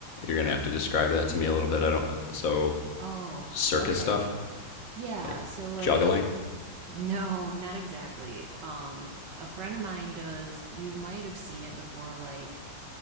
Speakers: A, on the left (about 55°); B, on the right (about 75°).
A: You're going to have to describe that to me a little bit. I don't so
B: Oh,
A: circus
B: okay.
A: stuff,
B: Yeah,
A: like
B: so like
A: juggling.
B: <laughs> no, not exactly. Um a friend of mine does you might have seen it before like